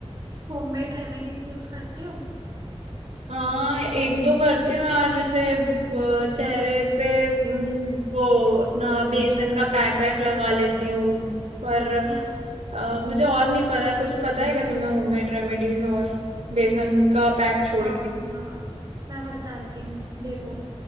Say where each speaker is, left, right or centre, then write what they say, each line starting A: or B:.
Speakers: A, on the right; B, on the right.
A: होममेड रेमेडीज यूज करते हो
B: हाँ एक दो करती हूँ यार जैसे वो चेहरे पे हम्म, वो अपना बेसन का पैक वैक लगा लेती हूँ पर
A: हम्म
B: अ, मुझे और नहीं पता कुछ पता है क्या तुम्हें होममेड रेमेडीज और बेसन का पैक छोड़
A: हाँ
B: के
A: हाँ मैं बताती हूँ देखो